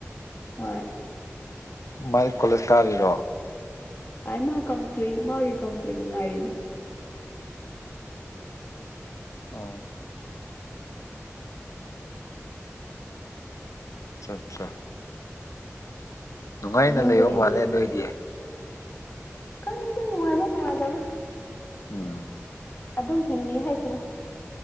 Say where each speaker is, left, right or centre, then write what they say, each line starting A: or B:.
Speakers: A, on the left (about 40°); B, on the left (about 85°).
A: ꯍꯣꯏ
B: ꯃꯥꯏ ꯀꯣꯂꯦꯖ ꯀꯥꯔꯤꯔꯣ
A: ꯑ ꯃꯥ ꯀꯥꯎꯟꯁ꯭ꯂꯤꯡ ꯃꯥꯒꯤ ꯀꯥꯎꯟꯁꯂ꯭ꯤꯡ ꯉꯥꯏꯔꯤꯅꯤ
B: ꯑꯣ ꯑꯠꯆꯥ ꯑꯠꯆꯥ ꯅꯨꯡꯉꯥꯏꯅ
A: ꯎꯝ ꯅꯪꯗꯤ
B: ꯂꯩꯕ
A: ꯀꯩꯒꯤ
B: ꯃꯥꯜꯂꯦ ꯅꯣꯢꯗꯤ
A: ꯈꯪꯗꯦꯗ ꯅꯨꯡꯉꯥꯏꯕ ꯅꯨꯡꯉꯥꯏꯇꯕ꯭ꯔꯥ
B: ꯎꯝ
A: ꯑꯗꯨꯝ ꯍꯤꯡꯉꯤ ꯍꯥꯏꯁꯤꯅꯦ